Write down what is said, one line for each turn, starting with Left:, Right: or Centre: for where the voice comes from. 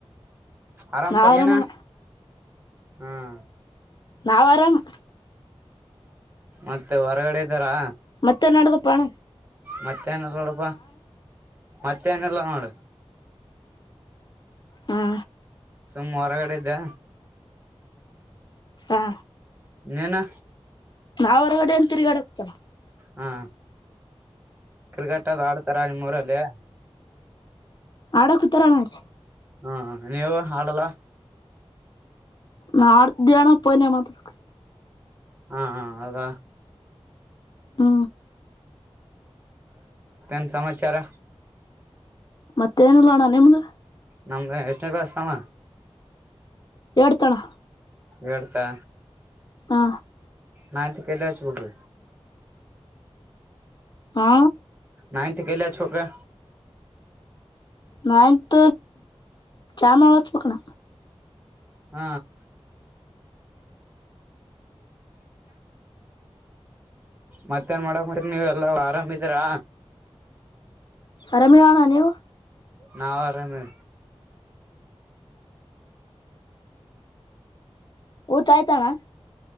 Right: ಆರಾಮ್
Left: ನಾವ್
Right: ಪಾ ನೀನು
Left: ಆರಾಮಣ
Right: ಹ್ಮ್
Left: ನಾವ ಅರಾಮ್
Right: ಮತ್ತೆ ಹೊರಗಡೆ ಇದ್ದಾರಾ
Left: ಮತ್ತೆ ನಡ್ದಪ್ಪಣ
Right: ಮತ್ತೆ ಮತ್ ಏನಿಲ್ಲ ನೋಡಪ್ಪ ಮತ್ತೇನಿಲ್ಲ ನೋಡು
Left: ಹಾ
Right: ಸುಮ್ಮ್ ಹೊರಗಡೆ ಇದ್ದ್ಯಾ
Left: ಆ
Right: ನೀನಾ
Left: ನಾವ್ ಹೊರಗಡೆ ಎಲ್ ತಿರ್ಗಾಡ್ <unintelligible>
Right: ಹಾ ಕ್ರಿಕೆಟ್ದು ಆಡ್ತಾರ ನಿಮ್ಮೂರಲ್ಲಿ
Left: ಆಡೋ ಕುತರಣ್ರ ಅಲ್ಲಿ
Right: ಹಾ ನೀವು ಹಾಡಲ್ಲ
Left: ನಾಡ್್ದನಪ್ಪನ ಮಾತ್ರ <unintelligible>
Right: ಹಾ ಹ ಹೌದ
Left: ಹ್ಮ
Right: ನ್ ಸಮಾಚಾರ
Left: ಮತ್ತೆ ಏನಿಲ್ಲ ಅಣ್ಣ ನಿಮ್ದು
Right: ನಮ್ದ ಎಷ್ಟನೇ ಕ್ಲಾಸ್ ತಮ್ಮ
Left: ಏಟ್ತ ಅಣ್ಣ
Right: ಏಟ್ತಾ
Left: ಹಾ
Right: ನೈಂತ್ಕ ಎಲ್ಲಿ ಹಚ್ಬೇಕು
Left: ಹಾ
Right: ನೈಂತಿಕ ಎಲ್ಲಿ ಹಚ್ಬೇಕು
Left: ನೈಂತ ಚಾಮನಾಳ ಹಚ್ಚಬೇಕಣ್ಣ
Right: ಹ ಮತ್ತೇನ್ ಮಾಡಕ್ ನೀವೆಲ್ಲ ಆರಾಮಿದೀರಾ
Left: ಅರಮಿವ ಅಣ್ಣ ನೀವು
Right: ನಾವು ಅರಮಿ
Left: ಊಟ ಆಯ್ತಾನ